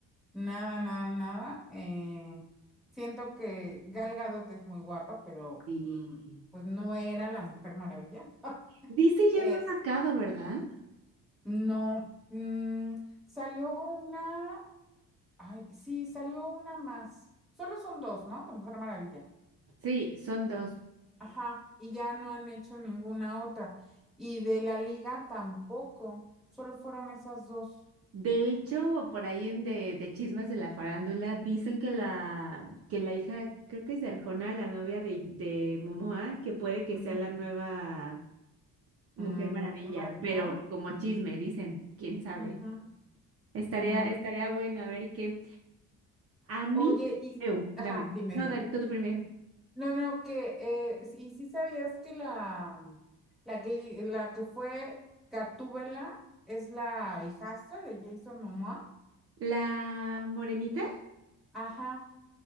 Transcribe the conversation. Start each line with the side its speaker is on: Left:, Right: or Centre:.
Centre: Nada, nada, nada. Eh, siento que Gal Gadot es muy guapa, pero
Right: Sí.
Centre: mm, pues no era la Mujer Maravilla. <laughs>
Right: Dice ya
Centre: Eh,
Right: no ha sacado, ¿verdad?
Centre: no, mm, salió una, ay, sí, salió una más. Solo son dos, ¿no? De Mujer Maravilla.
Right: Sí, son dos.
Centre: Ajá, y ya no han hecho ninguna otra. Y de la Liga tampoco. Solo fueron esas dos.
Right: De hecho, por ahí en de, de chismes de la farándula, dicen que la, que la hija, creo que es de Arjona, la novia de, de Momoa, que puede que
Centre: Ujú.
Right: sea la nueva Mujer
Centre: Mm,
Right: Maravilla,
Centre: Mujer Maravilla.
Right: pero como chisme,
Centre: Ujú.
Right: dicen, quién sabe.
Centre: Ujú.
Right: Estaría,
Centre: Mm,
Right: estaría bueno a ver qué. A
Centre: Oye,
Right: mí,
Centre: y,
Right: Eu,
Centre: ajá,
Right: dame.
Centre: dime,
Right: No,
Centre: dime.
Right: dale, tú, tú primero.
Centre: No, no, que eh, y sí sabías que la la que la que fue Gatúbela es la hijastra de Jason Momoa.
Right: ¿La morenita?
Centre: Ajá,